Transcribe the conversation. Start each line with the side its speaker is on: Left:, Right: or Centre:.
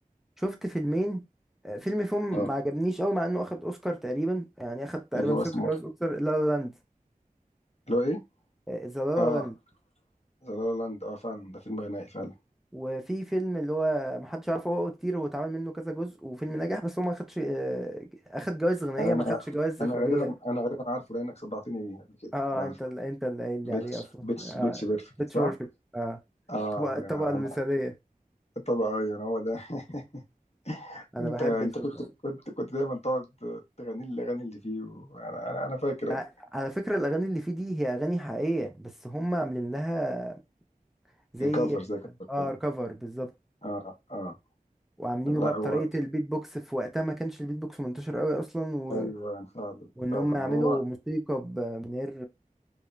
Centre: شفت فيلمين آه، فيلم فيهم
Left: اه
Centre: ما عجبنيش قوي مع انه اخد اوسكار تقريبا يعني اخد تقريبا
Left: اللي هو
Centre: ست
Left: اسمه
Centre: جوائز اوسكار لا لا لاند
Left: اللي هو ايه
Centre: ذا لا لا
Left: اه
Centre: لاند
Left: ذا لا لاند اه فعلا ده فيلم غنائي فعلا
Centre: وفي فيلم اللي هو محدش عارفه هو كتير هو اتعمل منه كذا جزء وفيلم نجح بس هو ما خدش آه، اخد جوائز غنائية
Left: انا
Centre: ما خدش جوائز
Left: انا
Centre: إخراجية
Left: غالبا انا غالبا عارفه لانك صدعتني بيه قبل كده
Centre: اه
Left: انا عارفه
Centre: انت ال- انت اللي قايل
Left: بيتش
Centre: لي عليه اصلا
Left: بيتش
Centre: اه
Left: بيتش بيرفكت
Centre: بيتش
Left: صح
Centre: بيرفكت اه
Left: اه
Centre: الطبقة الطبقة
Left: يا-
Centre: المثالية
Left: انا طبعا ايوه هو ده <laughs>
Centre: انا
Left: انت
Centre: بحب
Left: انت
Centre: الفيلم
Left: كنت كنت كنت دايما تقعد تغني لي الاغاني اللي فيه وانا انا انا فاكر
Centre: مع... على فكرة الاغاني اللي فيه دي هي اغاني حقيقية بس هم عاملين لها زي
Left: الكفر زي كفر
Centre: اه
Left: كده
Centre: كفر بالظبط
Left: اه اه
Centre: وعاملينه
Left: لا
Centre: بقى بطريقة
Left: هو
Centre: البيت بوكس في وقتها ما كانش البيت بوكس منتشر قوي اصلا و...
Left: ايوه يعني فعلا
Centre: وان
Left: فعلا
Centre: هم يعملوا
Left: هو
Centre: موسيقى ب... من غير